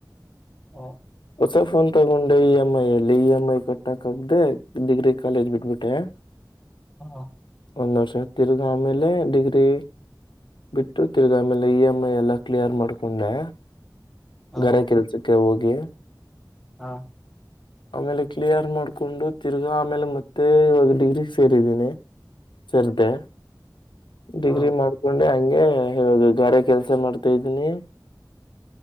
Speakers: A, in the centre; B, on the left.
A: ಹ
B: ಹೊಸ ಫೋನ್ ತಗೊಂಡೆ ಇ ಎಮ್ ಐ ಅಲ್ಲಿ ಇ ಎಂ್ ಐ ಕಟ್ಟಕಕ್್ದ ಡಿಗ್ರಿ ಕಾಲೇಜ್ ಬಿಟ್ಬಿಟ್ಟೆ <inaudible>
A: ಹಾ
B: ಒಂದು ವರ್ಷ ತಿರ್ಗಿ ಆಮೇಲೆ ಡಿಗ್ರಿ ಬಿಟ್ಟು ತಿರ್ಗ ಆಮೇಲೆ ಇ ಎಮ್ ಐ ಎಲ್ಲ ಕ್ಲಿಯರ್ ಮಾಡ್ಕೊಂಡೆ
A: ಹ
B: ಗರೆ ಕೆಲ್ಸಕ್ಕೆ ಹೋಗಿ
A: ಹಾ
B: <inaudible> ಆಮೇಲೆ ಕ್ಲಿಯರ್ ಮಾಡ್ಕೊಂಡು ತಿರ್ಗಾ ಆಮೇಲೆ ಮತ್ತೆ ಇವಾಗ ಡಿಗ್ರಿ ಸೇರಿದ್ದೀನಿ ಸಾರ್ ಗೆ ಡಿಗ್ರಿ
A: ಹ
B: ಮಾಡ ಕಕೊಂಡೆ ಹಂಗೆ ಹದು ಗಾರೆ ಕೆಲ್ಸ ಮಾಡ್ತಾ ಇದೀನಿ